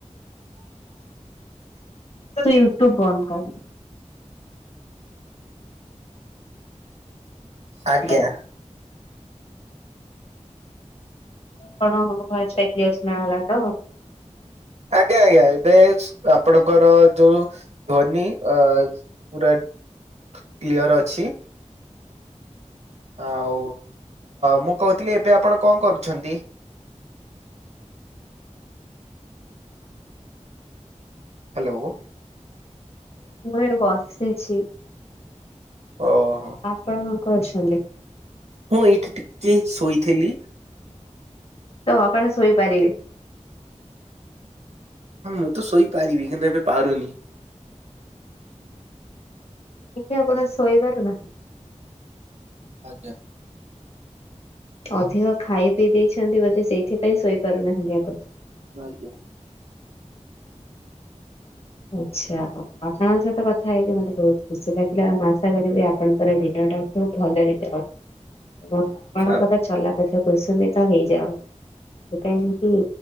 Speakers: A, on the left; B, on the right.
A: ସେ ୟୁଟ୍ୟୁବ ବନ୍ଦ୍ କରିଦେ। କରିଦିଅନ୍ତୁ।
B: ଆଜ୍ଞା।
A: ଆପଣଙ୍କୁ ମୋ ଭଏସ୍ ଟା କ୍ଲିଅର ସୁୁଣାଗଲା ତ।
B: ଆଜ୍ଞା ଆଜ୍ଞା ଏବେ ଆପଣଙ୍କର ଯୋଉ। ଧ୍ୱନି ଅଜ ପୁରା କ୍ଲିୟର ଅଛି। ଆଉ ମୁଁ କହୁଥିଲି ଏବେ ଆପଣ କଁ କରୁଛନ୍ତି। ହାଲୋ।
A: ମୁଁ ଏଡୁ ବସିଛି।
B: ଓ।
A: ଆପଣ କଣ କରଛନ୍ତି।
B: ମୁଁ ଏଇଠି ଟିକେ ଶୋଇଥିଲି
A: ତ ଆପଣ ଶୋଇପାରିବେ।
B: ହଁ ମୁଁ ତ ଶୋଇପାରିବି କିନ୍ତୁ ଏବେ ପାରୁନି।
A: ଟିକେ ଆପଣ ଶୋଇପାରୁନାହାନ୍ତି
B: ଆଜ୍ଞା।
A: ଅଧିକ ଖାଇ ପିଇ ଦେଇଛନ୍ତି ବୋଧେ ସେଇଥିପାଇଁ ଶୋଇ ପାରୁ ନାହାନ୍ତି ଆପଣ।
B: ଆଜ୍ଞା।
A: ଆଚ୍ଛା ହଉ ଆପଣଙ୍କ ସହିତ କଥା ହେଇକି ମତେ ବହୁତ ଖୁସି ଲାଗିଲା ମୁଁ ଆଶା କରିବି ଆପଣଙ୍କର ଦିନଟା। ବହୁତ ଭଲରେ ଯାଉ ଏବଂ ଆପଣଙ୍କର
B: ଆଉ,
A: ଚଲା ପଥ କସୁମିତ ତ ହେଇଯାଉ। ସେ କଗଲି କି